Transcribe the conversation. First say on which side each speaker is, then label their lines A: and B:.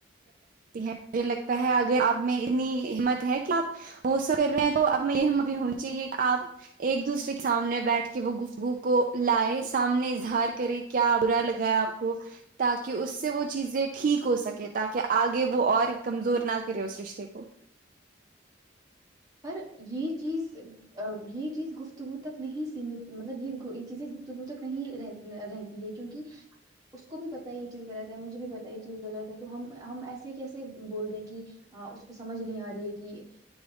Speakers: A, on the right; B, on the right.
A: ہیجھ <unintelligible> <inaudible> اگر آپ میں اتنی ہمت ہے کہ آپ وہ سا کر رہ ہیں تو اب میں یہب ہوں گی چاہے کہ آپ ایک دوسرے کے سامنے بیٹھ کے وہ گفگو کو لائے سامنے اظہار کرے کیا ابرا لگایا کو ت <unintelligible> اس سے وہ چیزیں ٹھیک ہو سکے تاکہ آگے وہ اور کمزور نہ کرے اس رشتے کو
B: <unintelligible> چیز ا گی <unintelligible> چیز گفتگو تک نہیں سیمت مطلب یہ یہ چیزیں گفتگو تک نہیں رہ رہتی ہے کیونکہ اس کو بھی پت ہے یہ چیز غلط ہے مجھے بھی پتا یہ چیز غط ہے تو ہم ہم ایسے کیسے بول رہ ہیں کہ اس کو سمجھ نہیں آ رہی ہے کہ